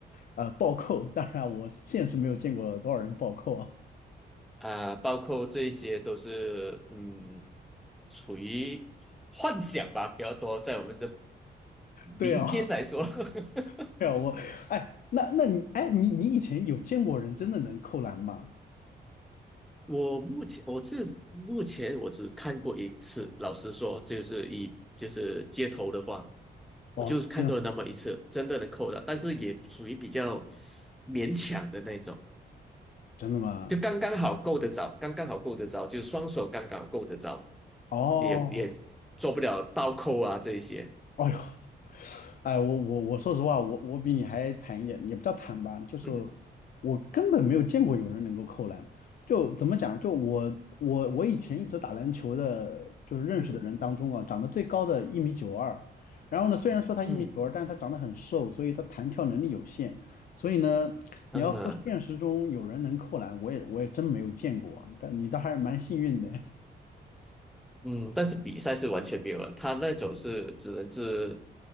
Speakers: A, on the left; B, in the centre.
A: 呃暴扣，当然我现实没有见过多少人暴扣啊，
B: 啊、包括这些都是嗯，属于幻想吧，比较多，在我们的
A: 对啊，
B: 民间来说，<laughs>
A: <laughs> 对啊，我哎，那那你哎你你以前有见过人真的能扣篮吗？
B: 我目前我这目前我只看过一次，老实说，就是一就是街头的话，
A: 哦，
B: 我就看过那么一次，
A: 天啊，
B: 真的能扣的，但是也属于比较勉强的那种。
A: 真的吗？
B: 就刚刚好够得着，刚刚好够得着，就双手刚刚好够得着，
A: 哦，
B: 也也做不了倒扣啊这一些。
A: 哎呦，哎，我我我说实话，我我比你还惨一点，也不叫惨吧，就是
B: 嗯
A: 我根本没有见过有人能够扣篮。就怎么讲，就我我我以前一直打篮球的，就是认识的人当中啊，
B: 嗯
A: 长得最高的一米九二，然后呢，虽然说他一米九二，
B: 嗯
A: 但是他长得很瘦，所以他弹跳能力有限，所以呢，
B: 嗯
A: 你要说现实中有人能扣篮，我也我也真没有见过啊，但你倒还是蛮幸运的，
B: 嗯，嗯但是比赛是完全没有了，他那种是只能是